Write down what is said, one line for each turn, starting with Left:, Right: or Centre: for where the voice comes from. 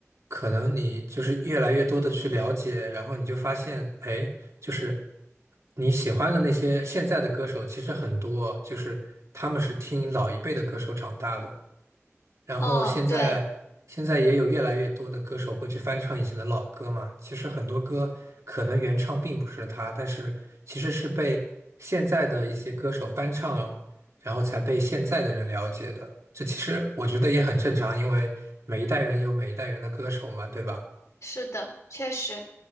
Right: 可能你就是越来越多的去了解，然后你就发现，哎，就是你喜欢的那些现在的歌手，其实很多就是他们是听老一辈的歌手长大的。然后现在现在也有越来越多的歌手会去翻唱以前的老歌嘛。
Left: 哦，对，
Right: 其实很多歌可能原唱并不是他，但是其实是被现在的一些歌手翻唱，然后才被现在的人了解的。这其实我觉得也很正常，因为每一代人有每一代人的歌手嘛，对吧？
Left: 是的，确实，